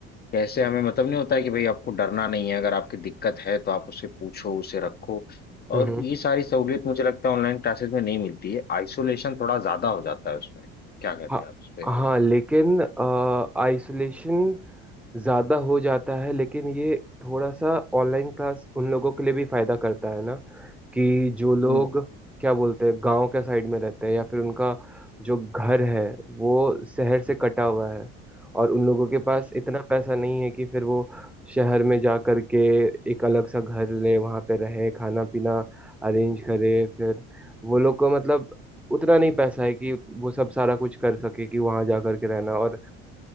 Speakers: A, on the left; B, in the centre.
A: कैसे हमें मतलब नहीं होता है कि भाई आपको डरना नहीं है अगर आपकी दिक्कत है तो आप उसे पूछो उसे रखो
B: हम्म
A: और ये सारी सहूलियत मुझे लगता है ऑनलाइन क्लासेस में नहीं मिलती है आइसोलेशन थोड़ा ज्यादा हो जाता है उसमें क्या कहते
B: हाँ
A: हैं आप इस पे
B: हाँ लेकिन आइसोलेशन ज़्यादा हो जाता है लेकिन ये थोड़ा सा ऑनलाइन क्लास उन लोगों के लिए भी फ़ायदा करता है ना कि जो लोग
A: हम्म
B: क्या बोलते हैं गांव के साइड में रहते हैं या फिर उनका जो घर है वो शहर से कटा हुआ है और उन लोगों के पास इतना पैसा नहीं है कि फिर वो शहर में जा करके एक अलग सा घर ले वहां पे रहे खाना पीना अरेंज करे फिर वो लोग को मतलब उतना नहीं पैसा है कि वो सब सारा कुछ कर सके कि वहां जा करके रहना और